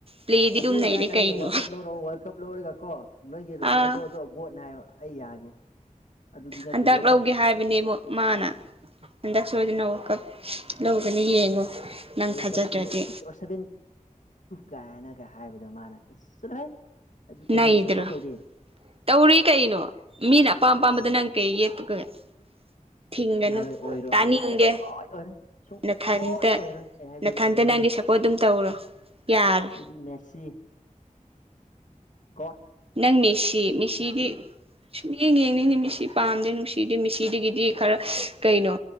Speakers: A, on the right; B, on the left.
A: ꯄ꯭ꯂꯦꯗꯤ
B: ꯑꯗꯨ
A: ꯑꯗꯨꯝ
B: ꯑꯗꯥꯏ
A: ꯅꯩꯔꯦ
B: ꯈꯪꯗꯦ
A: ꯀꯩꯅꯣ
B: ꯋꯥꯔꯜ ꯀꯞ ꯂꯧꯔꯛꯑꯣ ꯋꯥꯔꯜ ꯀꯞ ꯂꯧꯔꯒꯀꯣ ꯅꯣꯏꯒꯤ ꯔꯣꯅꯥꯜꯗꯣꯗꯣꯒꯣꯠꯅꯦ
A: ꯑꯥ
B: ꯍꯥꯏꯕ ꯑꯩ ꯌꯥꯒꯦ ꯑꯗꯨꯗꯤ ꯅ
A: ꯍꯟꯗꯛ
B: ꯇ ꯋꯥ
A: ꯂꯧꯒꯦ ꯍꯥꯏꯕꯅꯦ ꯑꯃ ꯃꯥꯅ ꯍꯟꯗꯛ ꯁꯣꯏꯗꯅ ꯀꯞ ꯂꯧꯒꯅꯤ ꯌꯦꯡꯉꯣ ꯅꯪ
B: ꯔ
A: ꯊꯥꯖꯗ꯭ꯔꯗꯤ
B: ꯀꯕꯨꯚꯦꯟꯨ꯭ꯔ ꯀꯥꯏꯅꯒ ꯍꯥꯏꯕꯗꯣ ꯃꯥꯅ ꯏꯁꯁꯨꯥꯏ ꯑꯗꯨ ꯀꯔꯤꯒꯤ
A: ꯅꯩꯗ꯭ꯔꯣ
B: ꯁꯞꯄꯣꯔꯠ ꯇꯧꯔꯤ
A: ꯇꯧꯔꯤ ꯀꯩꯅꯣ
B: ꯀꯔꯤ
A: ꯃꯤꯅ ꯑꯄꯥꯝ
B: ꯀꯥꯟꯅꯗ
A: ꯑꯄꯥꯝꯕꯗ ꯅꯪ ꯀꯩ ꯌꯦꯛꯄꯒꯒꯦ ꯊꯤꯡꯒꯅꯨ
B: ꯌꯥꯔꯣꯏ ꯑꯣꯏꯔꯣꯏ
A: ꯇꯥꯅꯤꯡꯒꯦ
B: ꯑꯣꯏꯔꯣꯏ ꯁꯨꯡꯑꯣꯏ ꯑꯣꯏꯔꯣꯏ ꯁꯨꯡ
A: ꯅꯊꯥꯅꯤꯇ
B: ꯑꯣꯏ ꯑꯣꯏꯔꯣꯏ ꯑꯩ ꯍꯥꯏꯕꯤꯒꯦ
A: ꯅꯥꯊꯟꯇ ꯅꯪꯒꯤ ꯁꯞꯄꯣꯔꯠ ꯑꯗꯨꯝ ꯇꯧꯔꯣ ꯌꯥꯔꯦ
B: ꯑꯩꯈꯣꯏꯗꯤ ꯃꯦꯁꯤ ꯒꯣꯠ
A: ꯅꯪ ꯃꯦꯁꯤ ꯃꯦꯁꯤꯗꯤ ꯁꯨꯝ ꯌꯦꯡ ꯌꯦꯡꯅꯤꯡꯅꯦ ꯃꯤꯁꯤ ꯄꯥꯝꯗꯦ ꯅꯨꯡꯁꯤꯗꯦ ꯃꯤꯁꯤꯗꯒꯤꯗꯤ ꯈꯔ ꯀꯩꯅꯣ